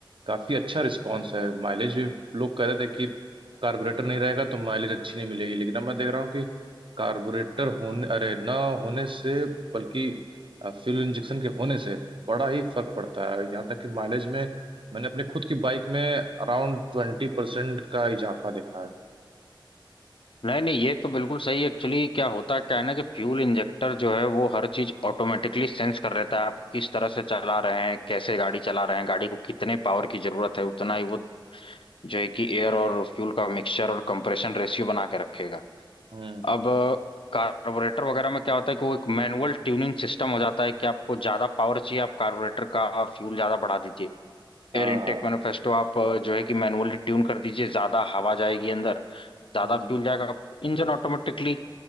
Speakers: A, on the right; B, on the left.
A: काफी अच्छा रिस्पॉन्स है माइलेज भी लोग कह रहे थे कि कार्बोरेटर नहीं रहेगा तो माइलेज अच्छी नहीं मिलेगी लेकिन अब मैं देख रहा हूँ कि कार्बोरेटर होने अरे ना होने से बल्कि फ्यूल इंजेक्शन के होने से बड़ा ही फर्क पड़ता है यहाँ तक कि माइलेज में मैंने अपने खुद की बाइक में अराउंड ट्वेंटी परसेंट का इजाफा देखा है
B: नहीं नहीं ये तो बिल्कुल सही एक्चुअली क्या होता है, क्या है ना कि फ्यूल इंजेक्टर जो है वो हर चीज ऑटोमेटिकली सेंस कर लेता है आप किस तरह से चला रहे हैं कैसे गाड़ी चला रहे हैं गाड़ी को कितने पावर की जरूरत है उतना ही वो जो है कि एयर और फ्यूल का मिक्सचर और कंप्रेशन रेशियो बना के रखेगा
A: हम्म
B: अब कार्बोरेटर वगैरह में क्या होता है कि वो एक मैनुअल ट्यूनिंग सिस्टम हो जाता है कि आपको ज्यादा पावर चाहिए आप कार्बोरेटर का फ्यूल ज्यादा बढ़ा दीजिए
A: हाँ
B: एयर इनटेक
A: हाँ
B: मैनिफेस्टो आप अ, जो है कि मैनुअली ट्यून कर दीजिए ज्यादा हवा जाएगी अंदर ज्यादा
A: हम्म
B: फ्यूल जाएगा इंजन ऑटोमेटिकली